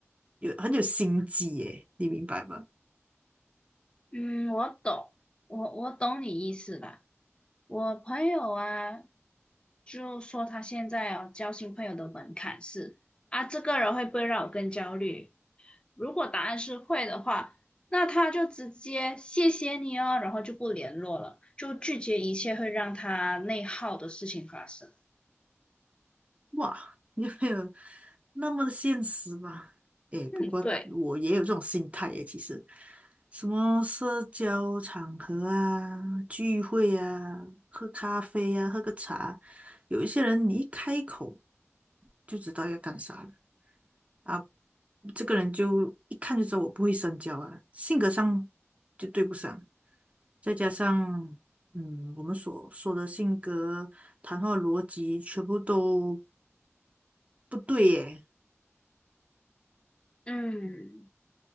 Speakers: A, on the right (about 30°); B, on the left (about 20°).
A: 有很有心机耶，你明白吗？
B: 嗯，我懂，我我懂你意思啦。我朋友啊，就说他现在哦，交新朋友的门槛是啊，这个人会不会让我更焦虑？如果答案是会的话，那他就直接谢谢你哦，然后就不联络了，就拒绝一切会让他内耗的事情发生。
A: 哇，你没有那么的现实吧？诶，
B: 嗯，
A: 不过我也有这种心态诶，
B: 对，
A: 其实什么社交场合啊、聚会啊、喝咖啡啊、喝个茶，有一些人你一开口就知道要干啥了啊，这个人就一看就知道我不会深交啊，性格上就对不上，再加上嗯，我们所说的性格、谈话逻辑全部都不对耶。
B: 嗯，